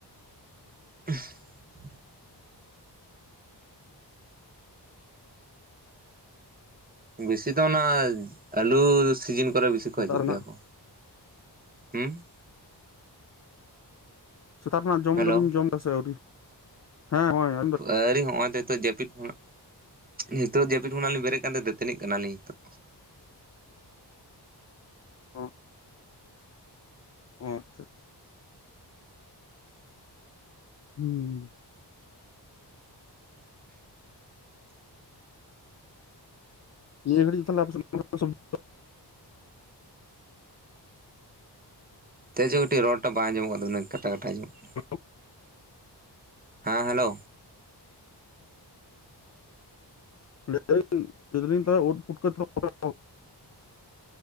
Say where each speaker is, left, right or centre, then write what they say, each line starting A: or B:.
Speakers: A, on the right; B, on the left.
A: <inaudible> ᱵᱮᱥᱤ ᱫᱚ ᱚᱱᱟ ᱟᱞᱩ ᱥᱤᱡᱤᱱ ᱠᱚᱨᱮ ᱵᱮᱥᱤ ᱠᱚ
B: ᱥᱮᱛᱟᱜ
A: ᱦᱤᱡᱩᱜ
B: ᱨᱮᱱᱟᱜ
A: ᱜᱮᱭᱟ ᱠᱚ ᱦᱩᱸ
B: ᱥᱮᱛᱟᱜ ᱨᱮᱱᱟᱜ ᱡᱚᱢ
A: ᱦᱮᱞᱳ
B: ᱫᱚᱵᱤᱱ ᱡᱚᱢ ᱫᱟᱥᱮ ᱟᱹᱣᱨᱤ ᱦᱮᱸ ᱦᱚᱸᱭᱚᱭ
A: ᱟᱹᱣᱨᱤ ᱦᱚᱸᱜ-ᱚᱭ ᱛᱚ ᱱᱤᱛᱚᱜ ᱡᱟᱹᱯᱤᱫ ᱠᱷᱚᱱᱟᱜ ᱱᱤᱛᱚᱜ ᱡᱟᱹᱯᱤᱫ ᱠᱷᱚᱱᱟᱜ ᱞᱤᱧ ᱵᱮᱨᱮᱫ ᱠᱟᱱ ᱛᱮ ᱫᱟᱹᱛᱟᱹᱱᱤᱜ ᱠᱟᱱᱟᱞᱤᱧ ᱱᱤᱛᱚᱜ
B: ᱚ ᱚ ᱟᱪᱷᱟ ᱦᱩᱸ ᱱᱤᱭᱟᱹ ᱜᱟᱰᱤ <inaudible>
A: ᱛᱮ ᱦᱚ ᱠᱟᱹᱴᱤᱡ ᱨᱚᱲ ᱴᱟᱜ ᱵᱟᱝ ᱟᱡᱚᱢᱚᱜ ᱠᱟᱱ ᱛᱟᱵᱤᱱᱟ ᱠᱟᱴᱟ ᱠᱟᱴᱟ ᱟᱡᱚᱢᱚᱜ ᱠᱟ
B: <inaudible>
A: ᱦᱮᱸ ᱦᱮᱞᱳ
B: <inaudible> ᱞᱟᱹᱭ ᱫᱟᱞᱤᱧ ᱳᱫ ᱯᱩᱴᱠᱟᱹ <inaudible>